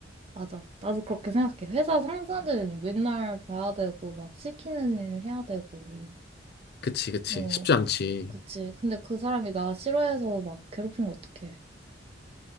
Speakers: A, on the right; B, on the left.
A: 맞아. 나도 그렇게 생각해. 회사 상사는 맨날 봐야 되고, 막 시키는 일 해야 되고.
B: 그치, 그치.
A: 어,
B: 쉽지 않지.
A: 그치. 근데 그 사람이 나 싫어해서 막 괴롭히면 어떡해.